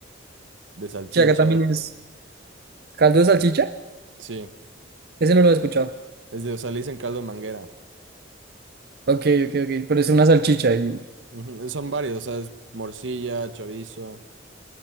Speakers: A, on the right; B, on the right.
A: de salchicha,
B: Sí, acá también es caldo de salchicha,
A: sí.
B: ese no lo he escuchado.
A: Es de, o sea, le dicen caldo de manguera.
B: Ok, ok, ok, pero es una salchicha y,
A: Ujú, Son varios, o sea, es morcilla, chorizo,